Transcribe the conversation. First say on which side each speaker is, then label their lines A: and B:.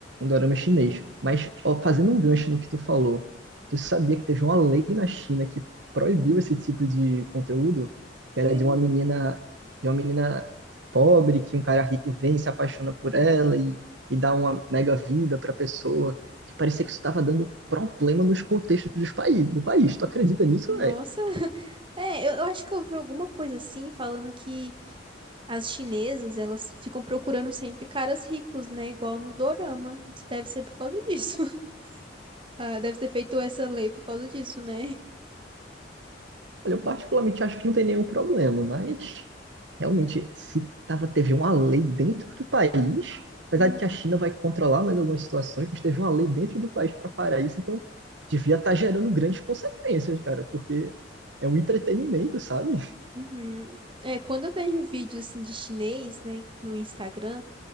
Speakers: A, on the right; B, on the right.
A: dorama chinês. Mas, ó, fazendo um gancho no que tu falou, tu sabia que teve uma lei na China que proibiu esse tipo de conteúdo, que era
B: Hum,
A: de uma menina, de uma menina pobre, que um cara rico vem e se apaixona por ela e, e dá uma mega vida pra pessoa, que parecia que isso estava dando problema nos contextos dos paí- do país. Tu acredita nisso,
B: Nossa,
A: velho?
B: <laughs> é, eu, eu acho que eu ouvi alguma coisa assim, falando que as chinesas, elas ficam procurando sempre caras ricos, né? Igual no dorama. Isso Deve ser por causa disso. <laughs> Ah, deve ter feito essa lei por causa disso, né?
A: Olha, eu particularmente acho que não tem nenhum problema, mas realmente, se tava, teve uma lei dentro do país,
B: <laughs>
A: apesar
B: Uhum.
A: de que a China vai controlar mais algumas situações, mas teve uma lei dentro do país para parar isso, então devia estar gerando grandes consequências, cara, porque é um entretenimento, sabe?
B: Uhum. É, quando eu vejo vídeos assim de chinês, né, no Instagram,